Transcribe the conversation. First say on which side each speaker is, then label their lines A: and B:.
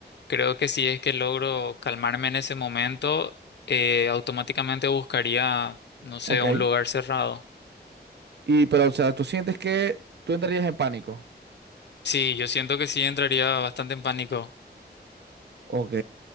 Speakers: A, on the left; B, on the right.
A: creo que si es que logro calmarme en ese momento, eh, automáticamente buscaría, no sé,
B: Ok.
A: un lugar cerrado.
B: Y pero, o sea, tú sientes que tú entrarías en pánico.
A: Sí, yo siento que sí entraría bastante en pánico.
B: Ok.